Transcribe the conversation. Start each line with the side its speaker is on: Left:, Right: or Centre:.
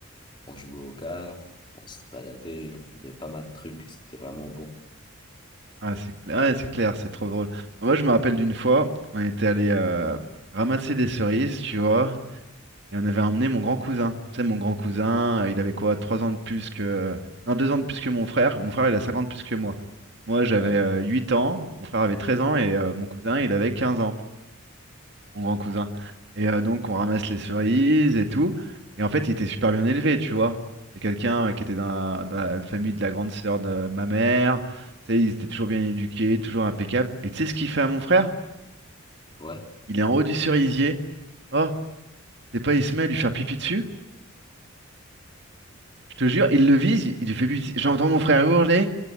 Left: on jouait aux cartes, on se baladait, on faisait pas mal de trucs. C'était vraiment bon.
Right: Ah, c'est clair, ouais, c'est clair, c'est trop drôle. Moi, je me rappelle d'une fois, on était allé euh, ramasser des cerises, tu vois, et on avait emmené mon grand cousin. Tu sais, mon grand cousin, euh, il avait quoi, 3 ans de plus que... Non, 2 ans de plus que mon frère. Mon frère, il a 50 de plus que moi. Moi, j'avais
Left: Ouais,
Right: euh, 8 ans, mon frère avait 13 ans, et euh, mon cousin, il avait quinze ans mon grand cousin. Et euh, donc, on ramasse les cerises et tout. Et en fait, il était super bien élevé, tu vois. C'est quelqu'un euh, qui était dans la, dans la famille de la grande sœur de ma mère. Tu sais, ils étaient toujours bien éduqués, toujours impeccables. Et tu sais ce qu'il fait à mon frère?
Left: ouais.
Right: Il est en haut du cerisier. Oh, c'est pas, il se met à lui faire pipi dessus. Je te jure, il le vise, il lui fait pipi. J'entends mon frère hurler.